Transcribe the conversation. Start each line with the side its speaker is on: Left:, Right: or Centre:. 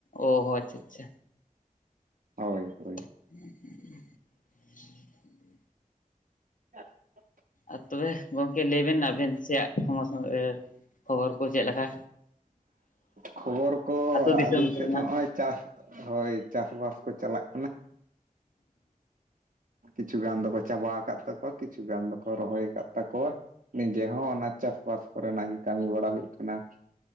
Left: ᱚᱦᱚ ᱟᱪᱪᱷᱟ ᱟᱪᱪᱷᱟ᱾
Right: ᱦᱳᱭ ᱦᱳᱭ᱾
Left: <inaudible>
Right: <inaudible>
Left: ᱟᱨ ᱛᱚᱵᱮ ᱜᱚᱝ ᱠᱟᱹᱡ ᱞᱟᱹᱭ ᱵᱮᱱ ᱟᱵᱮᱱ ᱥᱮᱭᱟᱜ <unintelligible> ᱠᱷᱚᱵᱚᱨ ᱠᱚ ᱪᱮᱜ ᱞᱮᱠᱟ?
Right: ᱠᱷᱚᱵᱚᱨ ᱠᱚ
Left: ᱟᱹᱛᱩ ᱫᱤᱥᱚᱢ
Right: ᱟᱞᱤᱧ
Left: ᱠᱚᱨᱮᱱᱟᱜ
Right: ᱥᱮᱜ ᱫᱚ ᱦᱚᱸᱜᱼᱚᱭ ᱪᱟᱥ ᱦᱳᱭ ᱪᱟᱥ ᱵᱟᱥ ᱠᱚ ᱪᱟᱞᱟᱜ ᱠᱟᱱᱟ᱾ ᱠᱤᱪᱷᱩ ᱜᱟᱱ ᱫᱚᱠᱚ ᱪᱟᱵᱟᱣ ᱠᱟᱫ ᱛᱟᱠᱚᱣᱟ ᱠᱤᱪᱷᱩ ᱜᱟᱱ ᱫᱚᱠᱚ ᱨᱚᱦᱚᱭ ᱠᱟᱫ ᱛᱟᱠᱚᱣᱟ, ᱱᱤᱡᱮ ᱦᱚᱸ ᱚᱱᱟ ᱪᱟᱥ ᱵᱟᱥ ᱠᱚᱨᱮᱱᱟᱜ ᱜᱮ ᱠᱟᱹᱢᱤ ᱵᱟᱲᱟ ᱦᱩᱭᱩᱜ ᱠᱟᱱᱟ᱾